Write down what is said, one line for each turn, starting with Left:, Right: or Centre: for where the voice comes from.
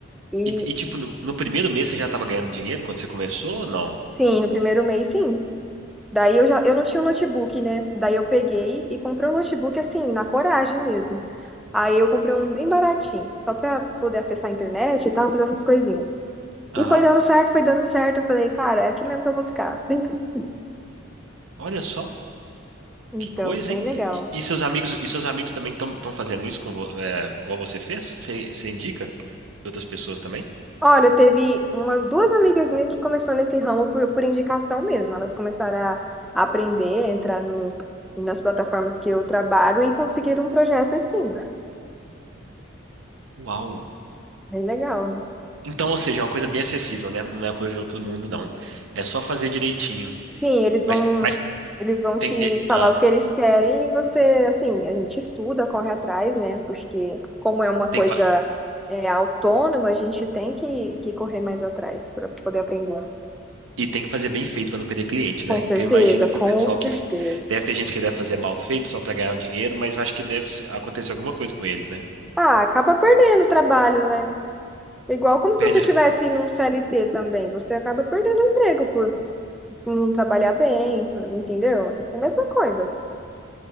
Centre: E
Right: E, e, tipo, no, no primeiro mês você já estava ganhando dinheiro quando você começou ou não?
Centre: sim, no primeiro mês, sim. Daí eu já, eu não tinha um notebook, né? Daí eu peguei e comprei um notebook assim, na coragem mesmo. Aí eu comprei um bem baratinho, só pra poder acessar a internet e tal, fazer essas coisinhas.
Right: Aham.
Centre: E foi dando certo, foi dando certo. Eu falei, cara, é aqui mesmo que eu vou ficar. <laughs>
Right: Olha só,
Centre: Então,
Right: que coisa,
Centre: bem
Right: hein?
Centre: legal.
Right: E, e seus amigos, e seus amigos também estão fazendo isso com, vo- é, igual você fez? Você, você indica? pra Outras pessoas também?
Centre: Olha, teve umas duas amigas minhas que começou nesse ramo por, por indicação mesmo. Elas começaram a a aprender, a entrar no, nas plataformas que eu trabalho e conseguiram um projeto assim.
Right: Uau!
Centre: Bem legal, né?
Right: Então, ou seja, é uma coisa bem acessível, né? Não é coisa de outro mundo, não. É só fazer direitinho.
Centre: Sim, eles
Right: Mas,
Centre: vão
Right: mas
Centre: eles vão
Right: tem,
Centre: te
Right: e,
Centre: falar
Right: ah,
Centre: o que eles querem e você, assim, a gente estuda, corre atrás, né? Porque como é uma coisa
Right: tem que, fa-
Centre: é, autônoma, a gente tem que, que correr mais atrás para poder aprender.
Right: e tem que fazer bem feito para não perder cliente, né?
Centre: Com certeza,
Right: Que eu imagino que
Centre: com
Right: o pessoal
Centre: certeza.
Right: que. f- Deve ter gente que deve fazer mal feito só para ganhar um dinheiro, mas acho que deve s- acontecer alguma coisa com eles, né?
Centre: Ah, acaba perdendo o trabalho, né? Igual como se
Right: Perde-
Centre: você tivesse num CLT também, você acaba perdendo o emprego por não trabalhar bem, entendeu? É a mesma coisa.